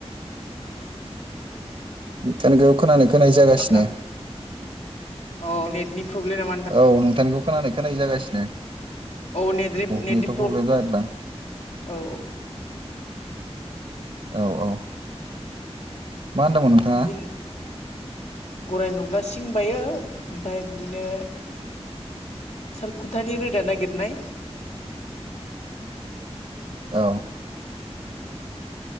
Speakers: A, on the left; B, on the right.
A: <unintelligible>
B: नोंथांनिखौ खोनानाय खोनायि जागासिनो
A: नोंथां औ नेटनि प्रब्लेम नामा नोंथां
B: औ नोंथांनिखौ खोनानाय खोनायि जागासिनो
A: औ नेटनि- नेटनि
B: नेथ'
A: प्रब-औ
B: प्रब्लेम जादोंदां
A: औ
B: औ-औ मा होनदोंमोन नोंथाङा
A: बिदिनो गराय नुब्ला सिं बायो ओमफाय बिदिनो सालखुन्थानि रोदा नागिरनाय
B: औ।